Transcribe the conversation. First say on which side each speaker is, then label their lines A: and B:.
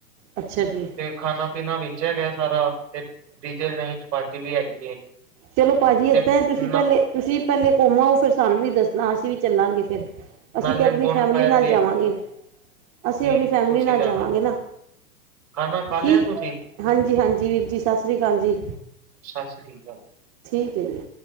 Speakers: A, on the right; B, on the right.
A: ਅੱਛਾ ਜੀ
B: ਖਾਣਾ ਪੀਣਾ ਵਿੱਚ ਹੈਗਾ ਸਾਰਾ ਤੇ ਡੀਜੇ ਨਹੀਂ ਚਪਾਤੀ ਵੀ ਹੈਗੀ
A: ਚਲੋ ਭਾਅਜੀ ਏਦਾਂ
B: ਤੇ
A: ਹੈ
B: ਨਾ
A: ਤੁਸੀਂ ਪਹਿਲੇ ਘੂਮ ਆਓ ਫਿਰ ਸਾਨੂੰ ਵੀ ਦੱਸਣਾ ਅਸੀਂ ਵੀ ਚੱਲਾਂਗੇ ਫਿਰ ਅਸੀਂ
B: ਨਾਲੇ
A: ਤੇ ਆਪਣੀ
B: ਬੋਨ
A: ਫੈਮਿਲੀ
B: ਫਾਇਰ
A: ਨਾਲ
B: ਵੀ ਹੈਗੀ
A: ਜਾਵਾਂਗੇ
B: ਹੈ
A: ਅਸੀਂ
B: ਠੀਕ
A: ਆਪਣੀ ਫੈਮਿਲੀ
B: ਹੈ ਤੁਸੀਂ
A: ਨਾਲ
B: ਜਾਣਾ
A: ਜਾਵਾਂਗੇ
B: ਜ਼ਰੂਰ
A: ਨਾ
B: ਖਾਣਾ ਖਾ ਲਿਆ
A: ਠੀਕ
B: ਤੁਸੀਂ
A: ਹਾਂਜੀ ਹਾਂਜੀ ਵੀਰ ਜੀ ਸਤਿ ਸ੍ਰੀ ਅਕਾਲ ਜੀ,
B: ਸਤਿ ਸ਼੍ਰੀ ਅਕਾਲ
A: ਠੀਕ ਹੈ ਜੀ